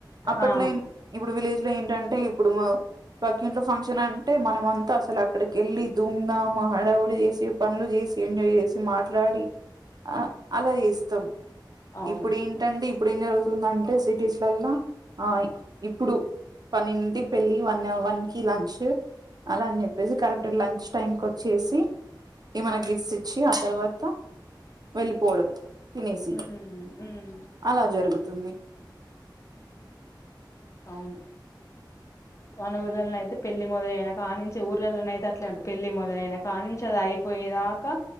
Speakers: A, on the right (about 55°); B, on the left (about 40°).
A: అప్పట్లో
B: ఆ
A: ఇప్పుడు విలేజ్ ఏంటంటే ఇప్పుడు పక్క ఇంట్లో ఫంక్షన్ అంటే మనం అంతా అసలు అక్కడికి వెళ్ళి ధూంధా హడావుడి చేసి పనులు చేసి ఎంజాయ్ చేసి మాట్లాడి ఆ అలా చేస్తాం
B: అవును
A: ఇప్పుడు ఏంటండి ఇప్పుడు ఏం జరుగుతుందంటే సిటీస్లల్లా ఆ ఇప్పుడు పనింటి పెళ్ళి వన్ వన్ కి లంచ్ అలా అని చెప్పేసి కరెక్ట్ లంచ్ టైమ్ క వచ్చేసి ఈ మనకి గిఫ్ట్స్ ఇచ్చి ఆ తర్వాత వెళ్ళిపోవడం తినేసి
B: ఉమ్ ఉమ్
A: అలా జరుగుతుంది తుంది
B: అవును మన ఊర్లయితే పెళ్ళి మొదలనా క నుంచి ఊర్లలో అయితే అట్లే ఉ పెళ్లి మొదలైననా నుంచి అది అయిపోయేదాకా